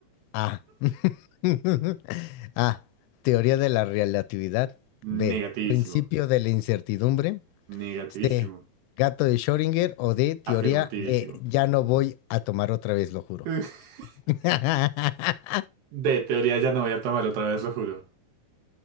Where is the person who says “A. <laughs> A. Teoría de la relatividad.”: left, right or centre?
Left